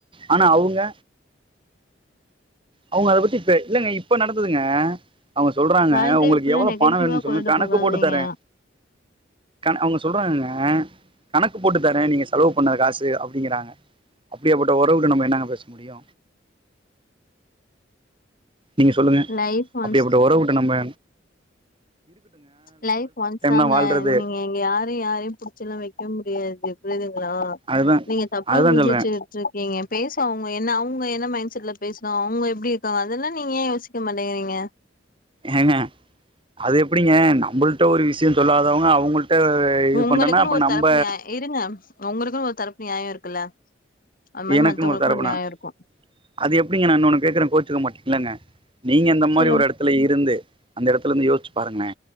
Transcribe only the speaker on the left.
வாழ்க்கைய
ஃபுல்லா
நெகட்டிவா
கொண்டுட்டு
போகாதீங்க
லைஃப் ஒன்ஸ்
லைஃப் ஒன்ஸ் தாங்க
நீங்க இங்க யாரு யாரையு புடிச்சுல்லா வக்க முடியாது புரிதுங்ளா
நீங்க தப்பா
புரிஞ்சு
வச்சு ச்சுருக்கீங்க பேச அவங்க என்ன அவங்க என்ன மைண்ட் செட்ல பேசுறோ அவங்க எப்டி இருக்காங்க அதெல்லா நீங்க ஏ யோசிக்க மாட்டேங்றீங்க
உங்களுக்குன்னு
ஒரு
தரப்பு நியாய இருங்க உங்களுக்குன் ஒரு தரப்பு நியாய இருக்குல்ல அது மாரி
மத்தவங்களுக்கு
நியாய இருக்கு
சொல்லுங்க